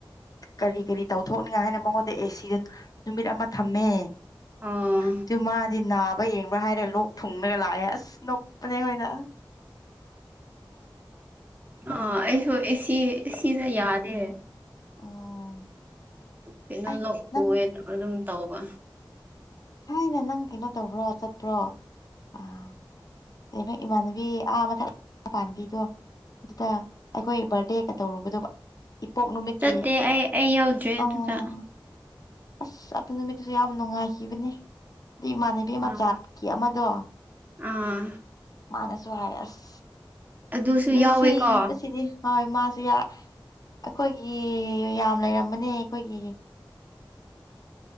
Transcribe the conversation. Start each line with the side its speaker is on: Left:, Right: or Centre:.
Left: ꯀꯔꯤ ꯀꯔꯤ ꯇꯧꯊꯣꯛꯅꯤꯡꯉꯦ ꯍꯥꯏꯅ ꯃꯉꯣꯟꯗ ꯑꯦꯁꯤꯗꯨꯅ ꯅꯨꯃꯤꯠ ꯑꯃ ꯊꯝꯃꯦ
Right: ꯑꯥ
Left: ꯑꯗꯨ ꯃꯥꯗꯤ ꯅꯥꯕ ꯌꯦꯡꯕ꯭ꯔꯥ ꯍꯥꯏꯔꯦ ꯂꯣꯛ ꯊꯨꯡꯉꯒ ꯂꯥꯛꯑꯦ ꯑꯁ ꯅꯣꯛꯄꯅꯦ ꯑꯈꯣꯏꯅ
Right: ꯑ ꯑꯩꯁꯨ ꯑꯦꯁꯤꯅ ꯌꯥꯗꯦ
Left: ꯑꯣ
Right: ꯀꯩꯅꯣ
Left: ꯑꯦ
Right: ꯂꯣꯛꯄꯨꯋꯦ
Left: ꯅꯪ
Right: ꯑꯗꯨꯝ ꯇꯧꯕ
Left: ꯊꯥꯏꯅ ꯅꯪ ꯀꯩꯅꯣ ꯇꯧꯕ꯭ꯔꯣ ꯆꯠꯄ꯭ꯔꯣ ꯑ ꯀꯩꯅꯣ ꯏꯃꯥꯟꯕꯤ ꯑꯃꯊꯛ ꯄꯥꯟꯕꯤꯗꯨꯣ ꯑꯗꯨꯗ ꯑꯩꯈꯣꯏ ꯕꯥꯔꯗꯦꯒ ꯇꯧꯔꯨꯕꯗꯨꯕ ꯏꯄꯣꯛ ꯅꯨꯃꯤꯠꯀꯤ
Right: ꯆꯠꯇꯦ ꯑꯩ ꯑꯩ ꯌꯥꯎꯗ꯭ꯔꯦ ꯑꯗꯨꯗ
Left: ꯑꯥ ꯑꯁ ꯑꯗꯨ ꯅꯨꯃꯤꯠꯇꯨꯁꯨ ꯌꯥꯝ ꯅꯨꯡꯉꯥꯏꯈꯤꯕꯅꯦ ꯑꯗꯨ ꯏꯃꯥꯟꯅꯕꯤ ꯑꯃ
Right: ꯑꯥ
Left: ꯖꯥꯠꯀꯤ ꯑꯃꯗꯣ
Right: ꯑꯥ
Left: ꯃꯥꯅ ꯖꯨ ꯍꯥꯏꯔ ꯑꯁ
Right: ꯑꯗꯨꯁꯨ
Left: ꯅꯨꯡꯁꯤꯕꯁꯤꯗꯤ
Right: ꯌꯥꯎꯋꯦꯀꯣ
Left: ꯍꯣꯏ ꯃꯥ ꯑꯩꯈꯣꯏꯒꯤ ꯌꯥꯝ ꯂꯩꯔꯝꯕꯅꯦ ꯑꯩꯈꯣꯏꯒꯤ